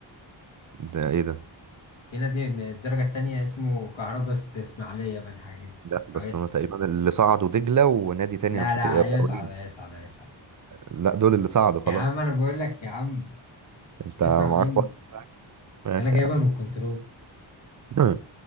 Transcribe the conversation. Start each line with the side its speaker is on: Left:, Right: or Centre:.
Right: ده ايه ده
Left: في نادي من الدرجة التانية اسمه كهرباء اسماعيلية بقى حاجة كده
Right: لا بس
Left: هيصعد
Right: انا تقريبا اللي صعدوا دجله ونادي تاني
Left: لا
Right: انا مش
Left: لا
Right: فاكر ايه مقاولين
Left: هيصعد هيصعد هيصعد
Right: لا دول اللي صعدوا خلاص
Left: يا عم أنا بقول لك يا عم
Right: انت
Left: اسمع
Right: معاك
Left: مني
Right: واحد ماشي
Left: أنا جايبها
Right: يا
Left: من الكنترول <coughs>
Right: عم